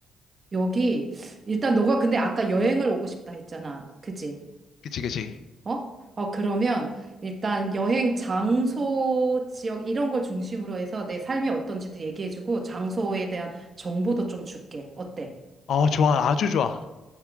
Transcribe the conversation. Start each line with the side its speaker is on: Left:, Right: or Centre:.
Right: 여기, 일단 너가 근데 아까 여행을 오고 싶다 했잖아. 그지?
Left: 그치, 그치.
Right: 어? 어, 그러면 일단 여행 장소, 지역 이런 걸 중심으로 해서 내 삶이 어떤지도 얘기해주고 장소에 대한 정보도 좀 줄게. 어때?
Left: 어, 좋아. 아주 좋아.